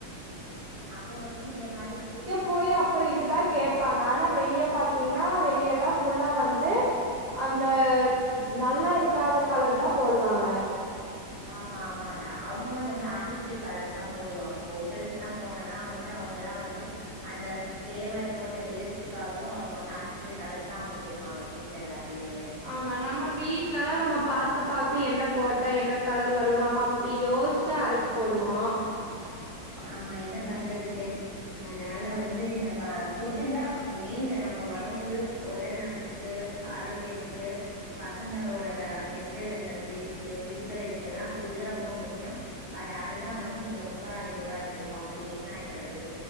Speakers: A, on the left; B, on the right.
A: அப்ப வந்து இந்த மாரிச் ஸ்கூல்
B: போயி அப்பறோ இதுதாக் கேப்பாங்க ஆனா வெளியப் பாத்தீங்னா வெளியெல்லாப் புல்லா வந்து அந்த நல்லா இருக்காத கலர்தா போடுவாங்க
A: ஆமா ஆமாடா அவுங்கலா வந்து ஆர்டிபிஷியல் கலர்ஸ்தாம் போடுவாங்க இப்போ ஓட்டல்ஸ்லாம் போனனா வந் னு அவங்கலா வந்து அந்த ஃபிளேவர்க்கு அந்த டேஸ்ட்டுக்காகவு அவுங்க வந்து ஆர்டிபிஷியல் கலர்ஸ்தா அவுங்க சேப் ப்பாங்க ஃபுட்ல எல்லாத்துலியுமே
B: ஆமா நம்ம வீட்லனா நம்ம பாத்து பாத்து என்னப் போட்டோ என்ன கலர் வரு நம்ம அப்டி யோச்சா அரச்சு போடுவோ
A: ஆமா என்ன பண்றதுக்கு அதனால வந்து இந்த பா ஃபுட்டுந்தா இந்த மெயின்னு நம்ம ஒடம்பு ஒடல் நலத்துக்கு ஆரோக்யத்துக்கு பசங்கங்களோட அந்த மென்ட்டல் அந்த பீ இதுக்கு பிசிக்கல் இதுக்கெல்லா ஃபுட்டுதா ரொம்ப முக்கியோ பட் அதுதா வந்து இப்ப நொம்ப இதுவா இருக்கு காம்ப்ளிகேஷனா ஆயி கெடக்குது